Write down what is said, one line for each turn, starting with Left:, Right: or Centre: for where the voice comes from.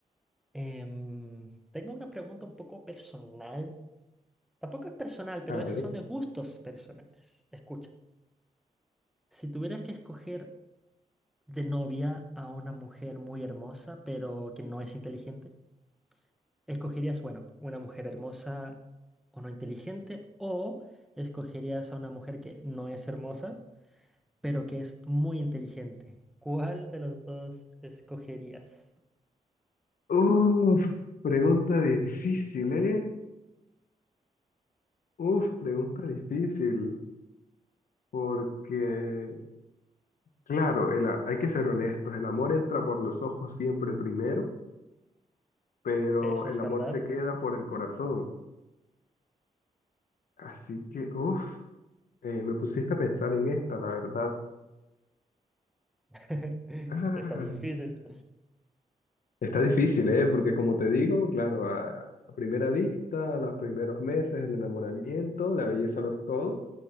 Centre: em, tengo una pregunta un poco personal. Tampoco es personal, pero
Left: A
Centre: es,
Left: ver.
Centre: son de gustos personales. Escucha, si tuvieras que escoger de novia a una mujer muy hermosa, pero que no es inteligente, ¿escogerías, bueno, una mujer hermosa o no inteligente? ¿O escogerías a una mujer que no es hermosa? pero que es muy inteligente. ¿Cuál de los dos escogerías?
Left: Uf, pregunta difícil, ¿eh? Uf, pregunta difícil. Porque, claro, el a- hay que ser honestos, el amor entra por los ojos siempre primero, pero
Centre: Eso
Left: el
Centre: es verdad.
Left: amor se queda por el corazón. Así que, uff, me pusiste a pensar en esta, la verdad.
Centre: <laughs>
Left: Ah,
Centre: Está difícil.
Left: Está difícil, ¿eh? Porque como te digo, claro, a, a primera vista, a los primeros meses, el enamoramiento, la belleza lo es todo,